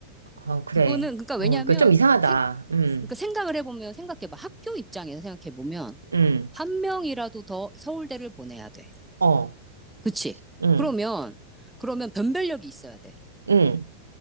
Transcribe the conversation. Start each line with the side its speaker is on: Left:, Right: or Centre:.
Right: 어, 그래.
Centre: 그거는, 그러니까 왜냐면,
Right: 어, 그좀 이상하다.
Centre: 생,
Right: 음,
Centre: 그러니까 생각을 해보면, 생각해봐. 학교 입장에서 생각해보면,
Right: 음,
Centre: 한 명이라도 더 서울대를 보내야 돼.
Right: 어,
Centre: 그치?
Right: 음,
Centre: 그러면, 그러면 변별력이 있어야 돼.
Right: 음,